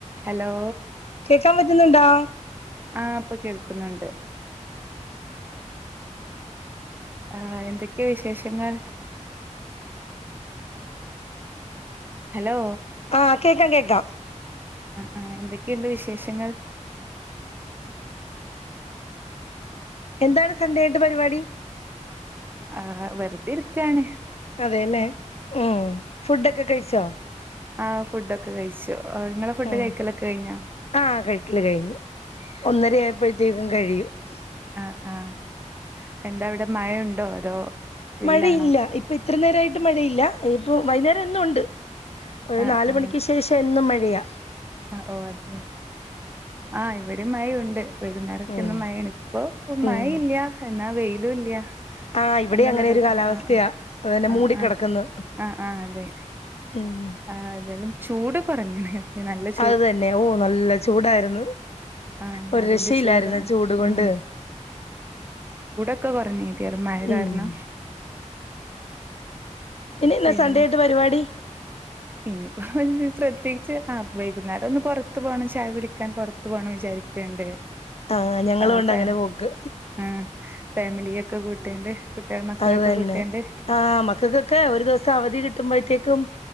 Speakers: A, on the right; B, on the left.
A: ഹലോ
B: കേക്കാൻ പറ്റുന്നുണ്ടോ
A: ആഹ ഇപ്പൊ കേൾക്കുന്നുണ്ട് ആ എന്തൊക്കെയാ വിശേഷങ്ങൾ ഹലോ
B: ആ കേക്കാം കേക്കാം
A: ആ എന്തൊക്കെയുണ്ട് വിശേ വിശേഷങ്ങൾ
B: എന്താണ് സന്ധ്യയിട്ട് പരിപാടി
A: ആ വെറുതെരിക്കാണ്
B: അതെല്ലേ ഉം ഫുഡൊക്കെ കഴിച്ചോ
A: ആ ഫുഡ്‌ ഒക്കെ കഴിച്ചു ആ, നിങ്ങളെ ഫുഡ്
B: ഉം
A: കഴിക്കലൊക്കെ കഴിഞ്ഞോ
B: ആഹ കഴിക്കില്ല കഴിഞ്ഞു ഒന്നര ആയപ്പോഴത്തേക്കും കഴിയും ഓക്കെ <inaudible> <unintelligible>
A: ആഹ് ആ <unintelligible> എന്താ ഇവിടെ മഴണ്ടോ അതോ വെയിലാണോ
B: മഴയില്ല ഇപ്പ ഇത്ര നേരയിട്ട് മഴയില്ല ഇപ്പൊ വൈന്നേരം എന്നും ഉണ്ട് ഒരു
A: ആ
B: നാല്
A: ആ
B: മണിക്ക് ശേഷം എന്നും മ എയ
A: ആ ഓ അതെ ആ ഇവിടെ മഴ ഉണ്ട് വൈകുന്നേരൊക്കന്ന്
B: ഉം
A: മഴയാണ് ഇപ്പൊ
B: ഉം
A: മഴ ഇല്ല എന്നാ വെ തു ഇല്ലാ <unintelligible>
B: ആഹ് ഇവിടെ
A: എന്നുള്ളത്
B: അങ്ങനെ ഒരു
A: <unintelligible>
B: കാലാവസ്ഥയാ
A: അ
B: അതന്നെ
A: ആ അ
B: മൂടിക്കിടക്കുന്നു
A: ആ അ ആ <unintelligible> അതെ
B: ഉം
A: ആ <unintelligible> അതല്ല ചൂട് കുറഞ്ഞ മഴക്കേ നല്ല <unintelligible>
B: അത് തന്നെ ഓ നല്ല ചൂടായിരുന്നു
A: ആഹ്
B: ഒരു
A: അതിന്റെ
B: രഷ്യയിലായിരുന്നു
A: ഉം
B: ചൂട് കൊണ്ട്
A: ഉം ഒക്കെ കുറഞ്ഞ് എറെ മഴ കാരണം
B: ഉം ഇന്ന്
A: പിന്നെ
B: സൺഡേ ആയിട്ട് പരിപാടി
A: ഇനിപ്പോ പ്രത്യേകിച്ച് <unintelligible> ആ <unintelligible> വൈകുന്നേരൊന്ന് പുറത്ത് പോകണം ചായ കുടിക്കാൻ പുറത്ത്പോണം വിചാരിക്ക്ണ്ട്
B: ആ ഞങ്ങള്
A: ആഹ്
B: ഉണ്ട്
A: ഫ
B: അങ്ങനെ പോക്ക്
A: ആഹ് ഫാമിലിയൊക്കെ കൂട്ടിയാണ്ട് കുട്ടികൾ മക്കളെയൊക്കെ
B: അത് തന്നെ
A: കൂട്ടിയാണ്ട്
B: ആ മക്കൾക്കൊക്കെ ഒരു ദിവസം അവധി കിട്ടുമ്പോഴത്തേക്കും